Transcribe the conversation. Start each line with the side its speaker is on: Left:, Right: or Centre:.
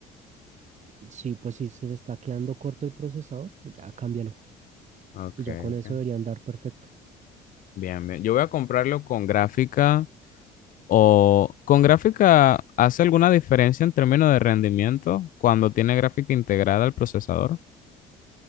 Right: Sí, pues si se está quedando corto el procesador, ya cámbialo.
Left: Ok,
Right: Y ya con
Left: ok.
Right: eso debería andar perfecto.
Left: Bien, bien. Yo voy a comprarlo con gráfica o con gráfica, ¿hace alguna diferencia en términos de rendimiento cuando tiene gráfica integrada al procesador?